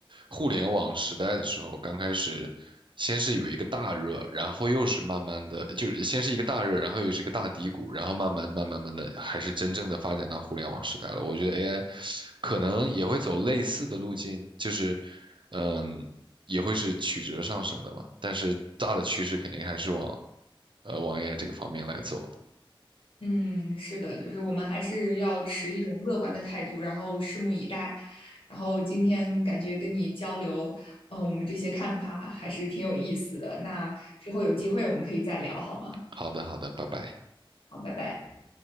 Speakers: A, on the right (about 60°); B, on the left (about 75°).
A: 互联网时代的时候，刚开始先是有一个大热，然后又是慢慢的，就是先是一个大热，然后又是一个大低谷，然后慢慢慢慢慢的，还是真正的发展到互联网时代了。我觉得 AI 可能也会走类似的路径，就是嗯，也会是曲折上升的嘛，但是大的趋势肯定还是往呃往 AI 这个方面来走的
B: 嗯，是的，就是我们还是要持一种乐观的态度，然后拭目以待。然后今天感觉跟你交流，呃，我们这些看法还是挺有意思的。那之后有机会我们可以再聊，好吗？
A: 好的，好的，拜拜。
B: 好，拜拜。